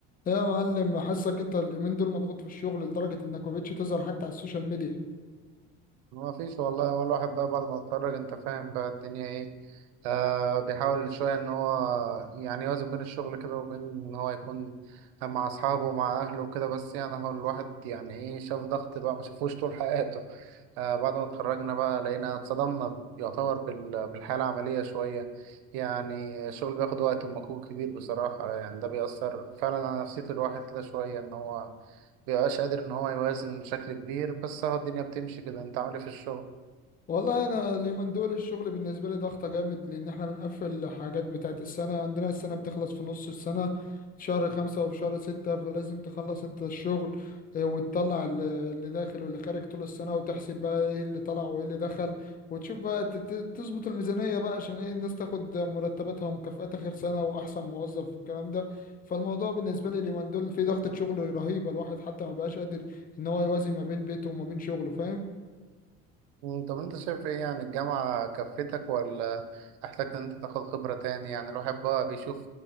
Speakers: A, on the left (about 30°); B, on the right (about 90°).
A: يا معلم حاسك انت اليومين دول مضغوط في الشغل لدرجة انك ما بقتش تظهر حتى على السوشيال ميديا
B: ما فيش والله هو الواحد بقى بعد ما اتخرج انت فاهم بقى الدنيا ايه آه بيحاول شوية ان هو يعني يوازن بين الشغل كده وبين ان هو يكون مع اصحابه ومع اهله وكده بس يعني هو الواحد يعني ايه شاف ضغط بقى ما شافوش طول حياته آه، بعد ما اتخرجنا بقى لقينا اتصدمنا يعتبر بال- بالحياة العملية شوية يعني الشغل بياخد وقت ومجهود كبير بصراحة يعني ده بيأثر فعلا على نفسية الواحد كده شوية إن هو مبيبقاش قادر إن هو يوازن بشكل كبير بس هو الدنيا بتمشي كده أنت عامل إيه في الشغل؟
A: والله انا اليومين دول الشغل بالنسبه لي ضغطه جامد لان احنا بنقفل حاجات بتاعه السنه عندنا السنه بتخلص في نص السنه في شهر خمسة وفي شهر ستة فلازم تخلص انت الشغل آه، وتطلع ال- اللي داخل واللي خارج طول السنة وتحسب بقى ايه اللي طلع وايه اللي دخل وتشوف بقى ت- ت- تظبط الميزانية بقى عشان ايه الناس تاخد مرتباتها ومكافآت آخر سنة وأحسن موظف الكلام ده فالموضوع بالنسبة لي اليومين دول في ضغطة شغل رهيبة الواحد حتى ما بقاش قادر ان هو يوازن ما بين بيته وما بين شغله فاهم
B: مم، طب انت شايف ايه يعني الجامعة كفتك ولا احتجت ان انت تاخد خبرة تاني يعني الواحد بقى بيشوف